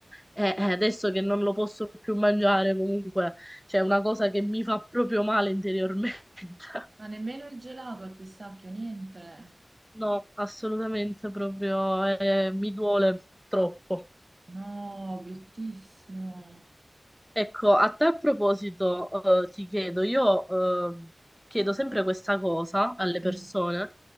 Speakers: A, in the centre; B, on the right (about 50°).
A: Eh, eh, adesso che non lo posso più mangiare, comunque, c'è una cosa che mi fa proprio male interiormente. <laughs>
B: ma nemmeno il gelato al pistacchio, niente.
A: No, assolutamente proprio, eh, mi duole troppo.
B: No, bruttissimo.
A: Ecco, a tal proposito, eh, ti chiedo, io ehm, chiedo sempre questa cosa alle persone,
B: Mm,